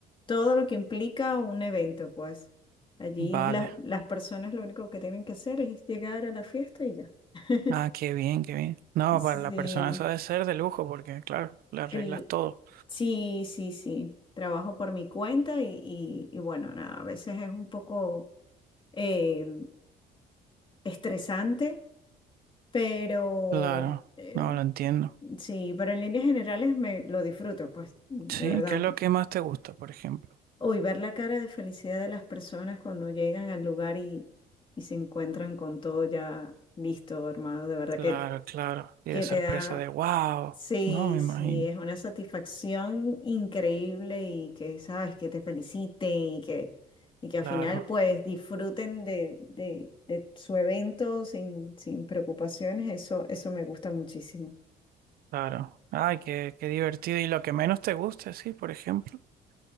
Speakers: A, on the left (about 30°); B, on the right (about 65°).
A: todo lo que implica un evento, pues. Allí
B: Vale.
A: la- las personas lo único que tienen que hacer es llegar a la fiesta y ya. <laughs>
B: Ah, qué bien, qué bien. No,
A: Sí,
B: para la persona eso debe ser de lujo porque, claro, le arreglas
A: cl-
B: todo.
A: sí, sí, sí. Trabajo por mi cuenta y, y- y bueno, nada, a veces es un poco eh, estresante Pero
B: Claro,
A: eh,
B: no lo entiendo.
A: sí, pero en líneas generales me lo disfruto, pues, de
B: Sí,
A: verdad.
B: ¿qué es lo que más te gusta, por ejemplo?
A: Uy, ver la cara de felicidad de las personas cuando llegan al lugar y, y se encuentran con todo ya listo, armado, de verdad
B: Claro,
A: que,
B: claro. Y
A: que
B: de sorpresa
A: te da,
B: de wow.
A: sí,
B: No, me imagino.
A: sí, es una satisfacción increíble y que, sabes, que te feliciten y que, y que al
B: Claro,
A: final pues disfruten de, de, de su evento sin, sin preocupaciones, eso, eso me gusta muchísimo.
B: claro. Ay, qué, qué divertido. Y lo que menos te gusta, sí, por ejemplo. <laughs>